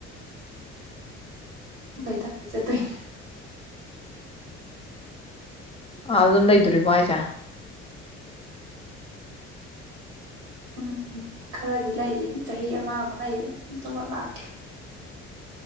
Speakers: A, on the right (about 80°); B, on the left (about 15°).
A: ꯊ ꯊꯪꯩ ꯆꯠꯇꯣꯏꯅꯦ
B: ꯑꯥ ꯑꯗꯨꯝ ꯂꯩꯗꯣꯔꯤꯕꯔꯤꯕꯣ ꯍꯥꯏꯁꯦ
A: ꯎꯝ ꯈꯔꯗꯤ ꯂꯩꯌꯦ ꯆꯍꯤ ꯑꯃꯃꯨꯛ ꯂꯩꯌꯦꯦ ꯂꯥꯛꯀꯦ